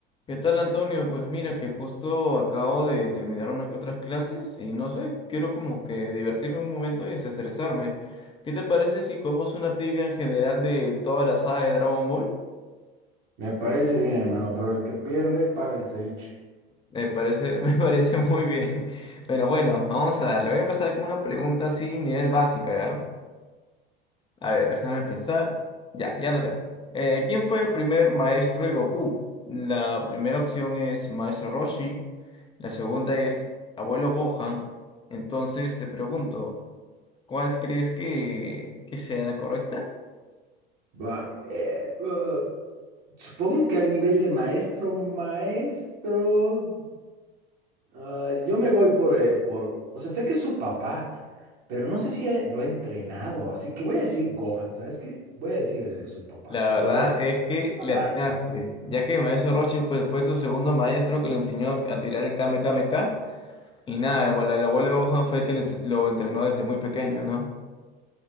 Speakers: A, on the left; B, on the right.
A: ¿Qué tal, Antonio? Pues mira que justo acabo de terminar una que otras clases y no sé, quiero como que divertirme un momento y desestresarme. ¿Qué te parece si comemos una tibia en general de toda la saga de Dragon Ball?
B: Me parece bien, hermano, pero el que pierde paga el ceviche.
A: Me parece, <laughs> me parece muy bien. Pero bueno, vamos a darle. Voy a empezar con una pregunta así, nivel básica, ¿ya? A ver, déjame pensar. Ya, ya no sé. Eh, ¿quién fue el primer maestro de Goku? La primera opción es Maestro Roshi, la segunda es Abuelo Gohan. Entonces te pregunto, ¿cuál crees que, que sea la correcta?
B: Va, eh, uh, supongo que al nivel de maestro, maestro, ah, yo me voy por, eh, por, o sea, sé que es su papá, pero no sé si eh, lo ha entrenado, así que voy a decir Gohan, ¿sabes qué? Voy a decir eh, su papá,
A: La verdad
B: o sea, su
A: es que
B: padrastro.
A: le atinaste, ya que Maestro Roshi pues, fue su segundo maestro que le enseñó a tirar el Kame Kame Ka. Y nada, bueno, el abuelo Gohan fue el que le ense- lo entrenó desde muy pequeño, ¿no?